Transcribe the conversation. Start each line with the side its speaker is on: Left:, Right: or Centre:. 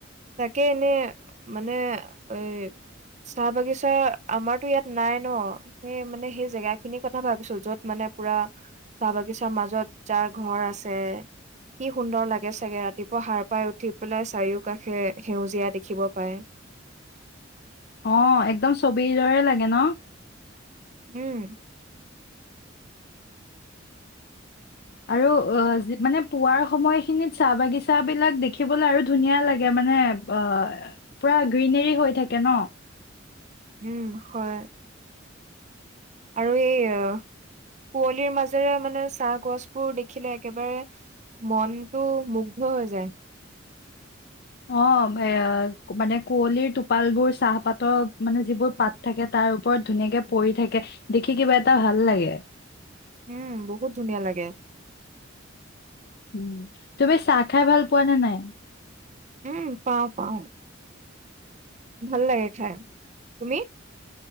Right: তাকে এনে মানে এ চাহ বাগিচা। চাহ আমাৰতো ইয়াত নাই ন। সেই মানে সেই জেগা খিনিৰ কথা ভাবিছো। য'ত মানে পুৰা চাহ বাগিছাৰ মাজত যাৰ ঘৰ আছে কি সুন্দৰ লাগে চাগে ৰাতিপুৱা সাৰ পাই উঠি পেলাই চাৰিও কাষে সেউজীয়া দেখিব পায়।
Left: অ, একদম ছবিৰ দৰে লাগে ন।
Right: উম।
Left: আৰু অহ যিমানেই। পোৱাৰ সময়খিনিত চাহ বাগিচা বিলাক দেখিবলৈ আৰু ধুনীয়া লাগে। মানে অ পুৰা গ্ৰীনেৰী হৈ থাকে ন।
Right: উম, হয় আৰু এই কুঁৱলীৰ মাজেৰে মানে চাহ গছবোৰ দেখিলে একেবাৰে মনটো মুগ্ধ হৈ যায়।
Left: অ এ মানে কুঁৱলীৰ টোপাল বোৰ চাহপাতৰ মানে যিবোৰ পাত থাকে। তাৰ ওপৰত ধুনীয়াকে পৰি থাকে দেখি কিবা এটা ভাল লাগে।
Right: উম বহুত ধুনীয়া লাগে।
Left: উম, তুমি চাহ খাই ভাল পোৱা নে নাই।
Right: উম, পাওঁ, পাওঁ ভাল লাগে খাই। তুমি